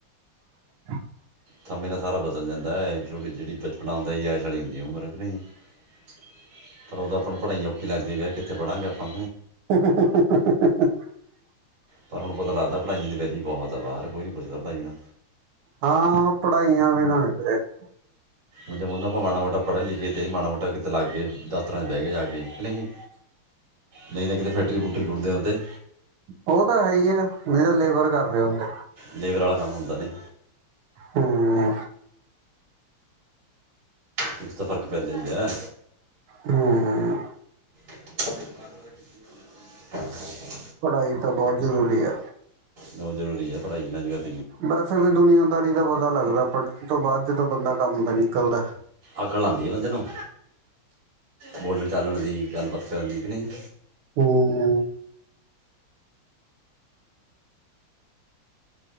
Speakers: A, on the right (about 80°); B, on the right (about 55°).
A: <inaudible>
B: ਸਮੇਂ ਨਾਲ ਸਾਰਾ ਬਦਲ ਜਾਂਦਾ ਏ, ਛੋਟੇ ਜਿਹੜੀ ਬਚਪਨਾ ਹੁੰਦਾ ਐਸ਼ ਵਾਲੀ ਹੁੰਦੀ ਹੈ ਉਮਰ, ਨਹੀਂ ਜੀ ਉਦੋਂ ਆਪਾਂ ਪੜ੍ਹਾਈਆਂ ਔਖੀ ਲਗਦੀ ਏ ਕਿੱਥੇ ਪੜਾਂਗੇ ਅਪਾ।
A: ਹ-ਹ-ਹ।
B: ਪਰ ਹੁਣ ਪਤਾ ਲੱਗਦਾ। ਪਾਜੀ ਦੇ ਵੈਸੇ ਹੀ ਬਹੁਤ ਆਭਾਰ, ਕੋਈ ਨਹੀਂ ਪੁੱਛਦਾ ਪੜਆਈ ਬਿਨਾ।
A: ਹਾਂ ਪੜ੍ਹਾਈਆਂ ਵੀ <unintelligible>
B: ਜਦ ਉਹਨੂੰ ਆਪਾਂ ਮਾੜਾ ਮੋਟਾ ਪੜ੍ਹਨ ਲਿਖੇ ਤੇ ਮਾੜਾ ਮੋਟਾ ਕਿਤੇ ਲਗ ਗਏ ਦਫਤਰਾਂ ਵਿਚ ਬਹਿ ਗਏ ਜਾ ਕੇ ਨਹੀਂ। ਨਹੀਂ ਤਾਂ ਕਿਤੇ ਫੈਕਟਰੀ ਫੂਕਟਰੀ ਰੁਲਦੇ ਹੁੰਦੇ।
A: ਉਹ ਤਾਂ ਹੈ ਹੀ ਆ। ਨਹੀਂ ਤਾਂ ਲੇਬਰ ਕਰਦੇ ਹੁੰਦੇ।
B: ਲੇਬਰ ਵਾਲਾ ਕੰਮ ਹੁੰਦਾ ਨੀ
A: ਹਮ।
B: ਕੁਛ ਤਾਂ ਫਰਕ ਪੈਂਦਾ ਈ ਏ।
A: ਹਮ।
B: <inaudible>
A: ਪੜ੍ਹਾਈ ਤਾਂ ਬਹੁਤ ਜ਼ਰੂਰੀ ਹੈ।
B: ਬੋਤ ਜ਼ਰੂਰੀ ਹੈ ਪੜ੍ਹਾਈ ਵਿ ਅੱਜ ਕੱਲ।
A: ਵੈਸੇ ਵੀ ਦੁਨੀਆਂਦਾਰੀ ਦਾ ਵ ਅਗਲਾ ਪੜ੍ਹਨ ਤੋਂ ਬਾਅਦ ਤਾ ਬੰਦਾ ਕੰਮ ਤੇ ਨਿਕਲਦਾ।
B: ਅਕਲ ਆਉਂਦੀ ਹੈ ਬੰਦੇ ਨੂੰ ਬੋਲਣ ਚਾਲਣ ਦੀ ਗੱਲਬਾਤ ਕਰਨ ਦੀ ਕਿ ਨਹੀਂ।
A: ਹਮ।